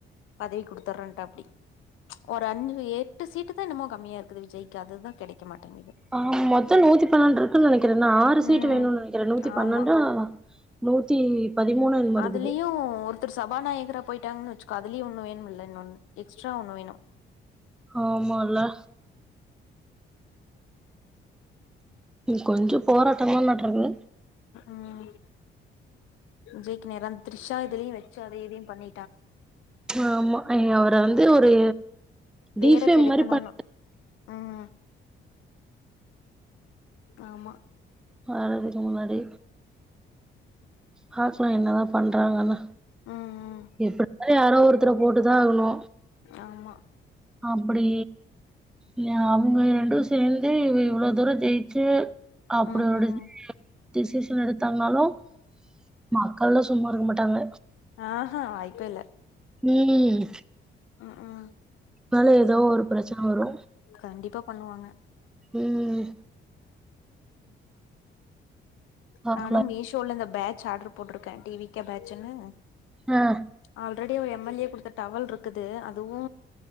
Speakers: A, on the left; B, in the centre.
A: பதவி கொடுத்தர்றேன்டாப்டி ஒரு அஞ்சு எட்டு சீட்டு தா என்னமோ கம்மியா இருக்குது விஜய்க்கு அதுதா கெடைக்க மாட்டேங்கிது
B: ஆ மொத்தம் நூத்தி பன்னெண்டு இருக்குன்னு நெனைக்கிறே இன்னு ஆறு சீட்டு
A: ம்
B: வேணும்னு நெனைக்கிறேன் நூத்தி பன்னெண்டா
A: ஆமா
B: நூத்தி பதிமூணு என்னமோ
A: அதுலயு
B: இருக்குது
A: ஒருத்தர் சபாநாயகரா போயிட்டாங்கன்னு வச்சுக்கோ அதுலயு ஒன்னு வேணும்ல இன்னொன் எக்ஸ்ட்ரா ஒன்னு வேணு
B: ஆமால கொஞ்சோ போராட்டம்ந்தா நாட்ருக்குது
A: ம் விஜய்க்கு நேரம் த்ரிஷா இதுலயு வச்சு அதை இதையு பண்ணி
B: ஆமா அவர வந்து ஒரு டிஃபேம்
A: பேர கெடுக்கணும்னு
B: மாரி பண்
A: ம் ஆமா
B: வரதுக்கு முன்னாடி பாக்கலா என்ன தா பண்றாங்கன்னு
A: ம் ம்
B: எப்டி இருந்தாலு யாரோ ஒருத்தர போட்டுதா ஆகணு
A: ஆமா
B: அப்படி ஏ அவங்க ரெண்டு சேந்தே இவ இவ்ளோ தூரம் ஜெயிச்சு அப்டி
A: ம்
B: ஒரு
A: ம்
B: டிசிஷன் எடுத்தானாலும் மக்கள்லா சும்மா இருக்க மாட்டாங்க
A: ஆ ஹா வாய்ப்பே இல்ல
B: ம்
A: ம் ம்
B: னால ஏதோ ஒரு பிரச்சன வரு
A: கண்டிப்பா பண்ணுவாங்க
B: ம் பாக்கலா
A: நானு மீஷோல இந்த பேட்ச் ஆர்டர் போட்டிருக்கே டி வி கே பேட்சன்னு
B: ம்
A: ஆல்ரெடி ஒரு எம் எல் ஏ குடுத்த டவல் இருக்குது அதுவு